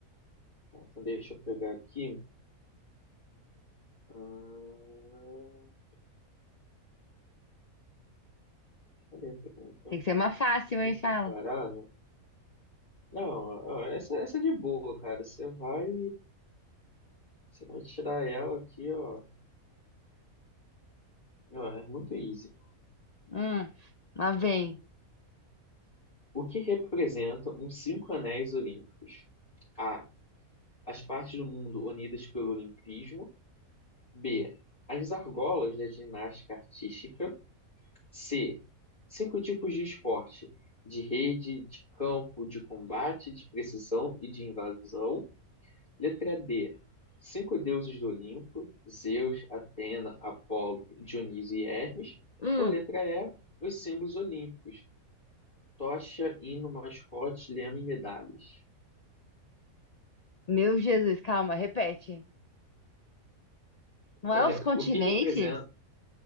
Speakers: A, on the left (about 25°); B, on the left (about 70°).
A: tá, então deixa eu pegar aqui. Ah, Cadê a pergunta?
B: tem que ser uma fácil,
A: O que
B: hein?
A: é separado?
B: Fala.
A: Não, ó, essa, essa é de boa, cara. Você vai, você vai tirar ela aqui, ó. Ó, É muito easy.
B: Hum, lá vem.
A: O que representam os cinco anéis olímpicos? A. As partes do mundo unidas pelo olimpismo. B. As argolas da ginástica artística. C. Cinco tipos de esporte: de rede, de campo, de combate, de precisão e de invasão. Letra D. Cinco deuses do Olimpo, Zeus, Atena, Apolo, Dionísio e Hermes.
B: Hum,
A: Ou letra E. Os símbolos olímpicos, tocha, hino, mascote, lema e medalhas.
B: meu Jesus, calma, repete. Não é
A: É,
B: os continentes?
A: o que representa,